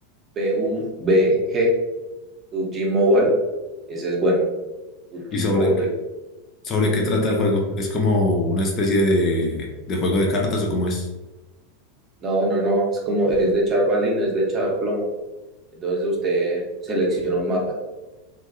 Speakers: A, on the right; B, on the left.
A: P-U-B-G, PUBG Mobile. Ese es bueno. PUBG
B: ¿Y sobre,
A: Mobile.
B: qué-
A: es-
B: sobre qué trata el juego? ¿Es como una especie de, de juego de cartas o cómo es?
A: No, no, no. Es como, es de echar balines, es de echar plomo. Entonces usted selecciona un mapa